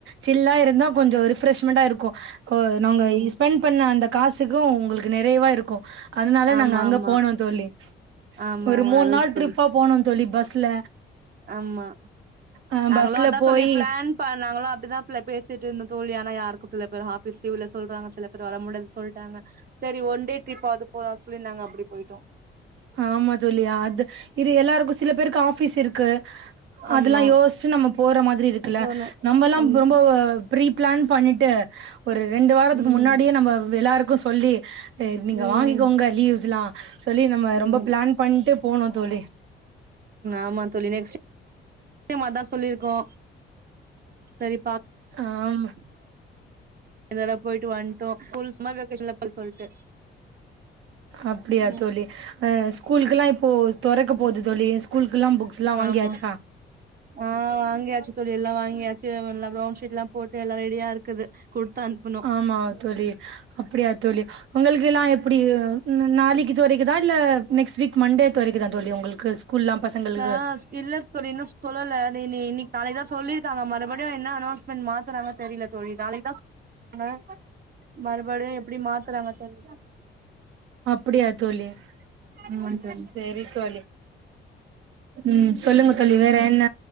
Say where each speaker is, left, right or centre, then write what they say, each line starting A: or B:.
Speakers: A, on the right; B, on the right.
A: சில்லா இருந்தா கொஞ்சம் ரிஃ ரெண்டா இருக்கு நாங்க
B: ம்
A: ஸ்பெண்ட் பண்ண அந்த காசுக்கு உங்களுக்கு நெறைவா இருக்கு அதனால
B: ஆமா
A: நாங்க அங்க
B: ஆமா
A: போனோ தோழி
B: ஆமா
A: ஒரு
B: ஆமா
A: மூண்
B: நல்லது
A: நாள்
B: தோழி
A: ட்ரிப்பா போனோ தோழி பஸ்ல
B: ஆமா
A: ஆ
B: நாங்களு
A: பஸ்ல
B: அதா
A: போயி
B: தோழி பிளான் பண் நாங்களு அப்டிதா ப்பல பேசிட்டு இருந்த தோழி ஆனா யாருக்கு சில பேர் ஆஃபிஸ் லீவு இல்ல சொல்றாங்க சில பேர் வர முடியாது சொல்ட்டாங்க செரி ஒன் டே ட்ரிப்பாவது போலா சொல்லி நாங்க அப்டி போயிட்டோ
A: ஆமா தோழி அது இது எல்லாருக்கு சில பேருக்கு ஆஃபீஸ் இருக்கு
B: ஆமா
A: அதெல்லா யோஸ்ச்சு நம்ம போற மாதிரி இருக்குல்ல
B: போனு
A: நம்மல்லா
B: ஆமா
A: ரொம்ப ப்ரீ பிளான் பண்ணிட்டு ஒரு ரெண்டு வாரத்துக்கு
B: ம்
A: முன்னாடியே நம்ம எல்லாருக்கு சொல்லி ஆ நீங்க
B: ம் ம்
A: வாங்கிக்கோங்க லீவ்ஸ் எல்லா சொல்லி நம்ம ரொம்ப
B: ம்
A: பிளான் பண்ட்டு போனோ தோழி
B: ஆமா தோழி நெக்ஸ்ட் ம் அதா சொல்லிருக்கோ சரிப்பா
A: ஆமா
B: இந்தடவ போயிட்டு வந்ட்டோ ஸ்கூல்ஸ் மாரி வெக்கேஷன்ல போய் சொல்ட்டு
A: அப்டியா
B: ம்
A: தோழி ஆ ஸ்கூலுக்குல்லா இப்போ தொறக்கப்போவுது தோழி ஸ்கூலுக்குல்லா புக்ஸ்ல்லா வாங்கியாச்சா
B: ஆமா ஆ வாங்கியாச்சு தோழி எல்லா வாங்கியாச்சு எல்லா பிரவுன் ஷீட்லாம் போட்டு எல்லா ரெடியா இருக்குது குடுத்து அனுப்பணு
A: ஆமா தோழி அப்டியா தோழி உங்களுக்கெல்லா எப்டி ந நாளைக்கு தொறைக்குதா இல்ல நெக்ஸ்ட் வீக் மண்டே தொறக்குதா தோழி உங்களுக்கு ஸ்கூல்லா பசங்களுக்கு
B: ஆ இல்ல தோழி இன்னு சொல்லல நீ நீ இன்னிக் நாளைக்குதா சொல்லிருக்காங்க மறுபடியு என்ன அனொன்ஸ்மெண்ட் மாத்துறாங்க தெரில தோழி நாளைக்குதா சொல் ஆ மறுபடியு எப்படி மாத்துறாங்க தெரில
A: அப்டியா தோழி
B: ஆமாங்
A: ம்
B: தோழி
A: சேரி தோழி ம் சொல்லுங்க தோழி வேற என்ன